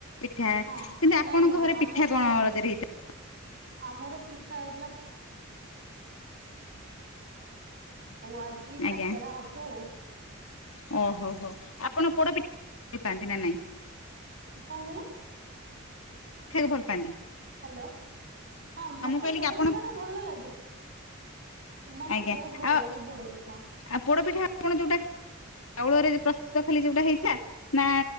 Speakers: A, on the left; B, on the right.
A: ପିଠା
B: ହଁ
A: କିନ୍ତୁ ଆପଣଙ୍କ
B: ନାଇଁ
A: ଘରେ
B: ଆମର
A: ପିଠା କଣ ରଜରେ ହେଇ
B: ଆମର ହଉ ଆଜି
A: ଆଜ୍ଞା
B: କାକରା ହବ।
A: ଓହୋ ହୋ ଆପଣ ପୋଡପିଠା ଭଲପାଆନ୍ତି ନା ନାଇଁ?
B: କଣ କହିଲ?
A: ଖଇବାକୁ ଭଲ ପାଆନ୍ତିି।
B: ହ୍ୟାଲୋ ହଁ ମତେ
A: କହିଲି
B: ପୋଡପିଠା
A: କି ଆପଣ
B: ଟା ଭଲ ଲାଗେ। ମତେ
A: ଆଜ୍ଞା
B: ବୋହୁତ ଭଲ
A: ଆଉ
B: ଲାଗେ ପୋଡ଼ ପିଠା।
A: ଆଉ ପୋଡପିଠା ଆପଣ ଯୋଉଟା ଚାଉଳରେ ପ୍ରସ୍ତୁତ ଖାଲି ଯୋଉଟା ହେଇଥା ନା